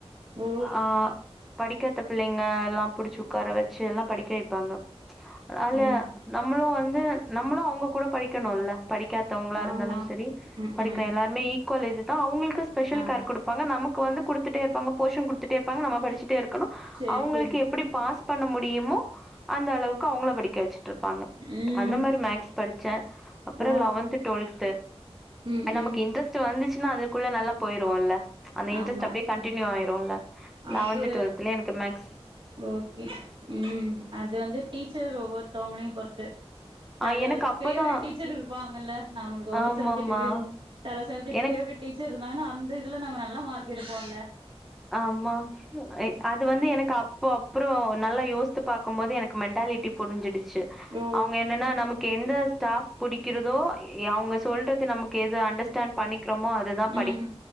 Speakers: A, on the right; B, in the centre.
A: ஓ
B: ஆ படிக்கத பிள்ளைங் <unintelligible> புடிச்ச உக்கார வச்சு எல்லா படிக்க வைப்பாங்க ச் அல
A: ம்
B: நம்மளு வந் வந்து நம்மளு அவங்க கூட படிக்கணோல படிக்காதவங்களா
A: ஆமா
B: இருந்தாலு சரி
A: ம்
B: படிக்க
A: ம்
B: எல்லாருமே ஈக்குவல் இதுதா அவங்களுக்கு ஸ்பெஷல்
A: ஆ
B: கேர் கொடுப்பாங்க நமக்கு வந்து கொடுத்துட்டே இருப்பாங்க போஷன் கொடுத்துட்டே இருப்பாங்க நம படிச்சிட் டே இருக்கணு
A: சேரி
B: அவங்களுக்கு
A: சேரி
B: எப் பாஸ் பண்ண முடியுமோ அந்த அளவுக்கு அவங்கள படிக் கவச்சிட்டு இருப்பாங்க
A: ம்
B: அந்த மாரி மேக்ஸ் படிச்சே அப்புறோ
A: ஓ
B: லெவன்த்து டுவெல்து
A: ம்
B: எ நமக்கு
A: ம்
B: இன்ட்ரெஸ்ட் வந்துச் சுனா அதுக்குள்ள நல்லா போயிரொம்ல அந்த இன்டரஸ்ட்
A: ஆமா
B: அப்டியே கண்டியூ ஆயிரும்ல்ல
A: அது
B: லெவன்த் டுவெல்த்லே எனக்கு மேக்
A: ஓகே ம் அது வந்து டீச்சர் ஒவ்வொருத்தவங்களையும் ஒர்த்து சில
B: ஆஹ் எனக்கு அப்பதான்
A: பேவரெட் டீச்சர் இருப்பாங்கல்ல நம்மளுக்கு ஒவ்வொரு
B: ஆமாமா
A: சப்ஜெட்டுக்கு சில சப்ஜெக்ட்
B: எனக்கு
A: பேவரட் டீச்சர் இருந்தாங்கன்னா அந் இதுல நம்ம நல்ல மார்க் எடுப்போல
B: ஆமா அது வந்து எனக்கு அப்போ அப் அப்புறம் நல்லா யோசித்து பார்கும்போது எனக்கு மென்டாலிட்டி புரிஞ்சடு
A: ஓ
B: அவங்க என்னன்னா நமக்கு எந்த ஸ்டாப் புடிக்கிறதோ அவங்க சொல்றது நமக்கு எது அண்டர்ஸ்டாண்ட் பண்ணிக்கிறோமோ அதுதான் படி
A: ம்